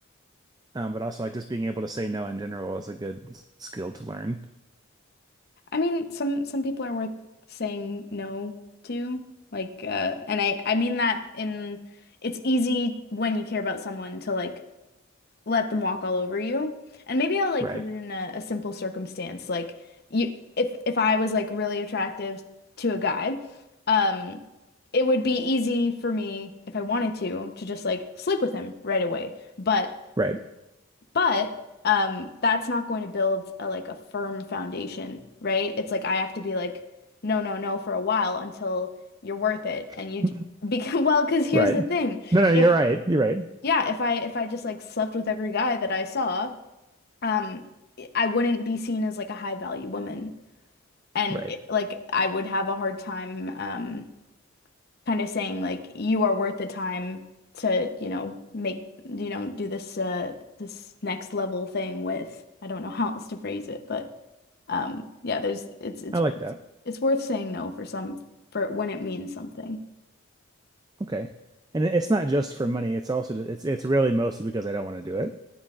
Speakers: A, on the right; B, on the left.
A: Um, but also like just being able to say no in general is a good skill to learn.
B: I mean, some some people are worth saying no to. Like, uh, and I I mean that in it's easy when you care about someone to like let them walk all over you. And maybe I'll like
A: Right.
B: put it in a, a simple circumstance. Like you if if I was like really attractive to a guy, um, it would be easy for me if I wanted to to just like sleep with him right away. But
A: Right.
B: but um, that's not going to build a like a firm foundation, right? It's like I have to be like, no, no, no for a while until you're worth it. And
A: <laughs>
B: you d- <laughs> because well, because here's
A: Right.
B: the thing.
A: No, no, you're
B: If
A: right. You're right.
B: yeah, if I if I just like slept with every guy that I saw, um, I wouldn't be seen as like a high value woman. And
A: Right.
B: like I would have a hard time um kind of saying like you are worth the time to, you know, make, you know, do this uh this next level thing with. I don't know <laughs> how else to phrase it, but um yeah, there's it's it's
A: I like that.
B: it's worth saying no for some for when it means something.
A: Okay. And it- it's not just for money. It's also it's it's really mostly because I don't want to do it.